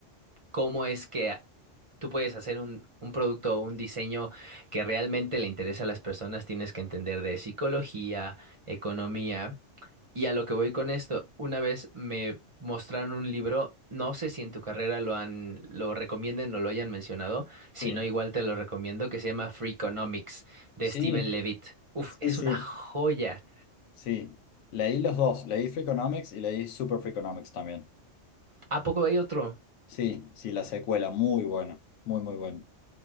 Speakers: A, on the right; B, on the left.
A: cómo es que tú puedes hacer un, un producto o un diseño que realmente le interesa a las personas. Tienes que entender de psicología, economía. Y a lo que voy con esto, una vez me mostraron un libro, no sé si en tu carrera lo han, lo recomienden o lo hayan mencionado,
B: Sí.
A: si no, igual te lo recomiendo, que se llama Free Economics de
B: Sí,
A: Steven Levitt. Uf,
B: sí,
A: es
B: sí.
A: una joya.
B: Sí, leí los dos, leí Freakonomics y leí Super Freakonomics también.
A: ¿A poco hay otro?
B: Sí, sí, la secuela, muy buena, muy, muy buena.